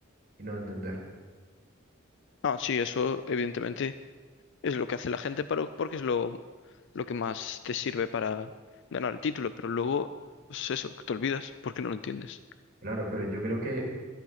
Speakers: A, on the right; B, on the left.
A: y no entender.
B: Ah, sí, eso evidentemente es lo que hace la gente para, porque es lo, lo que más te sirve para ganar el título, pero luego, pues eso, que te olvidas porque no lo entiendes.
A: Claro, pero yo creo que,